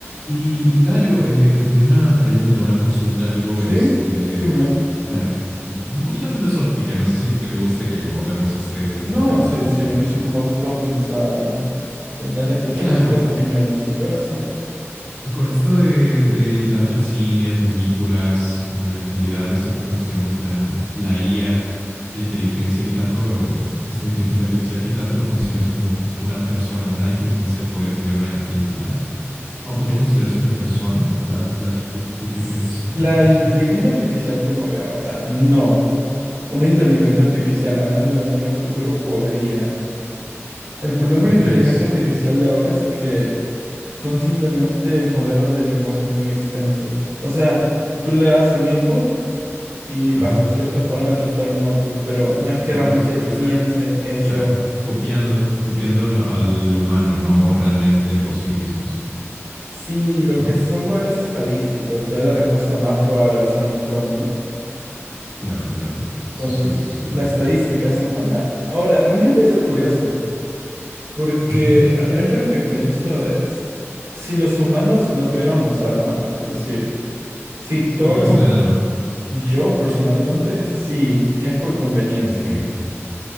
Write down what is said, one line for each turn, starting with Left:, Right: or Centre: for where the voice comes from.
Left: Y, y Dario, eh, te tenía una pregunta, una consulta, algo,
Right: Sí,
Left: este,
Right: dime.
Left: claro, un poquito filosófica. No sé si te gusta que abordemos este, este
Right: No,
Left: tema
Right: sí,
Left: un poquito
Right: sí,
Left: de
Right: a mí
Left: la...
Right: siempre me ha gustado pensar y tener, escuchar
Left: Claro,
Right: distintas opiniones y todo eso.
Left: con esto de, de tanto en cine, en películas, como en la actualidad, esto que consideramos la, la IA, la inteligencia, que tanto, eh, esta inteligencia artificial, ¿qué tanto lo consideras como una persona, una inteligencia podría tener una identidad? ¿O podría considerarse una persona a largo plazo? ¿Tú, tú qué
Right: S-
Left: crees?
Right: La
Left: No, no
Right: inteligencia
Left: sé.
Right: artificial que uno ve ahora, no. Una inteligencia artificial, hablando de muy a futuro, podría. El problema
Left: ¿Tú
Right: de la
Left: crees?
Right: inteligencia artificial de ahora es que son simplemente modelos de lenguaje muy extensos. O sea, tú le das un input y
Left: Ajá.
Right: bajo ciertos parámetros te da un output, pero no es que
Left: Ya una
Right: realmente
Left: respuesta,
Right: piense eso
Left: claro, copiando, copiando lo- al humano, no realmente por sí mismos,
Right: Sí, lo,
Left: ¿no?
Right: es- son modelos estadísticos, te da la respuesta más probable basada en un prom, ¿no?
Left: Claro, claro. Eso
Right: Entonces,
Left: sí, sí, sí lo
Right: la
Left: entiendo.
Right: estadística es humana. Ahora, realmente eso es curioso, porque
Left: Ajá.
Right: al menos yo lo que pienso es, si los humanos no tuviéramos alma, es decir, si todo
Left: ¿Tú crees
Right: el... com-
Left: en el alma?
Right: Yo personalmente sí, y es por conveniencia.
Left: Ok.